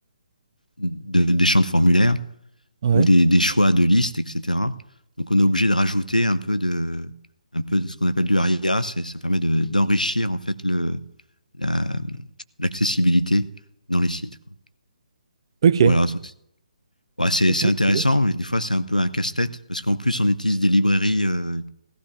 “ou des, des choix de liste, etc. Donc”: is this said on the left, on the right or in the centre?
Left